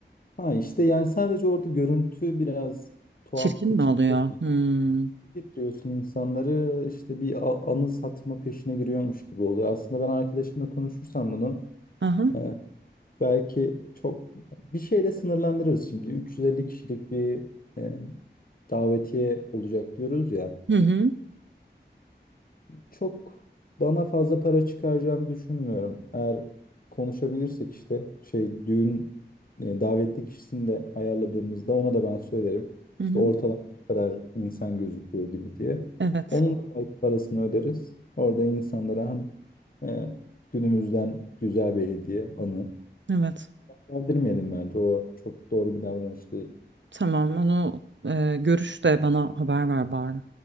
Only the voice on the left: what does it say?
Ha işte yani sadece orada görüntü biraz tuhaf
kaçırılıyor.
Getiriyorsun insanları işte bir a- anı satma peşine giriyormuş gibi oluyor. Aslında ben arkadaşımla konuşursam bunu
e, Belki çok bir şeyle sınırlandırırız şimdi. 350 kişilik bir e, davetiye olacak diyoruz ya.
Çok bana fazla para çıkaracağını düşünmüyorum. Eğer konuşabilirsek işte şey düğün e, davetli kişisini de ayarladığımızda ona da ben söylerim.
İşte ortalama bu kadar insan gözüküyor gibi diye.
Onun da belki parasını öderiz. Orada insanlara hem e, günümüzden güzel bir hediye, anı.
Verdirmeyelim bence. O çok doğru bir davranış değil.